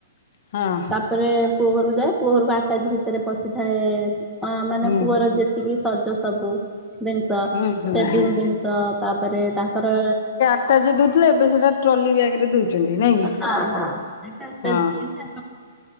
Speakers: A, on the left; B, in the centre.
A: ହଁ
B: ତା ପରେ ପୁଅ ଘରକୁ ଯାଏ ପୁଅ ଘରକୁ ଆଟାଜି ଭିତରେ ପଶିଥାଏ ଅ ମାନେ
A: ହୁଁ।
B: ପୁଅର ଯେତିକି ସଜ ସବୁ ସେଭିଙ୍ଗି
A: ହୁଁ ହୁଁ ହୁଁ
B: ଜିନିଷ ତାପରେ ତାଙ୍କର
A: ଆଟାଜି ରେ ଦଉଥିଲେ ଏବେ ସେଇଟା ଟ୍ରଲି ବ୍ୟାଗ ରେ ଦଉଛନ୍ତି। ନାଇଁ କି
B: <unintelligible> ସେତେବେଳେ
A: ହଁ।